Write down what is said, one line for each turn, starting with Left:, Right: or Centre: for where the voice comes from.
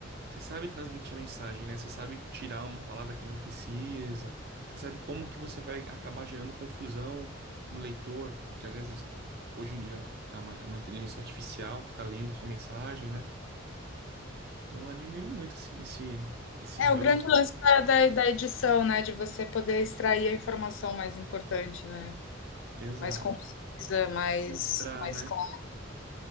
Right: você sabe transmitir mensagem, né? Você sabe tirar uma palavra que não precisa. Você sabe como que você vai acabar gerando confusão no leitor, que às vezes hoje em dia é uma, é uma inteligência artificial que está lendo a sua mensagem, né? Então eu admiro muito assim esse esse
Left: É
Right: ramo.
Left: o grande
Right: esse-
Left: lance da, da, da edição, né? De você poder extrair a informação mais importante, né?
Right: Exato.
Left: Mais concisa, mais,
Right: Filtrar,
Left: mais
Right: né?
Left: clara.